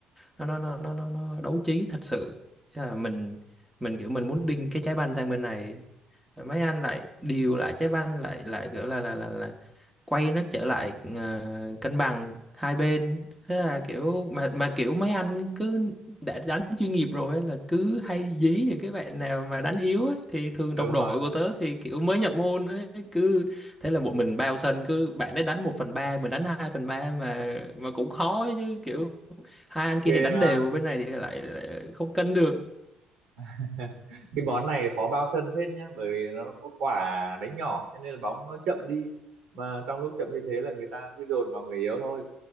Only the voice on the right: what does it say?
đúng
rồi
cái
ờ,
<laughs> cái bón này khó bao sân phết nhá bởi vì nó có quả đánh nhỏ cho nên là bóng nó chậm đi mà trong lúc chậm như thế là người ta cứ dồn vào người yếu thôi